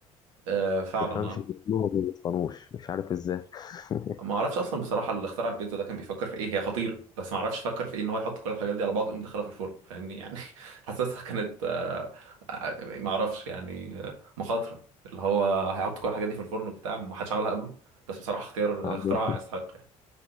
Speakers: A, on the right; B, on the left.
A: آه، فعلا
B: تفهمش
A: اه
B: بيعملوها وما بيصنعوش مش عارف إزاي <laughs>
A: ما اعرفش اصلا بصراحه اللي اخترع البيتزا ده كان بيفكر في ايه هي خطيره بس ما اعرفش فكر في ايه ان هو يحط كل الحاجات دي على بعض ويقوم دخلها في الفرن فاهمني يعني <laughs> حاسسها كانت آه، آه، ما اعرفش يعني آه، مخاطره اللي هو هيحط كل الحاجات دي في الفرن وبتاع ما حدش عملها قبله بس بصراحه اختيار
B: أعظم
A: اختراع يستحق